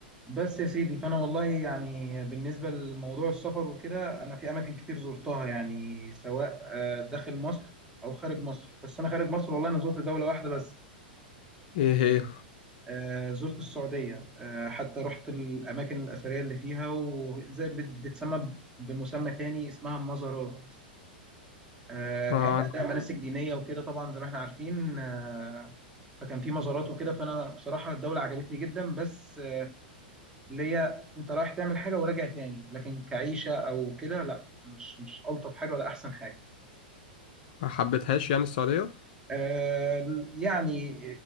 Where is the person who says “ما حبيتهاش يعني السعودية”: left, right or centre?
Left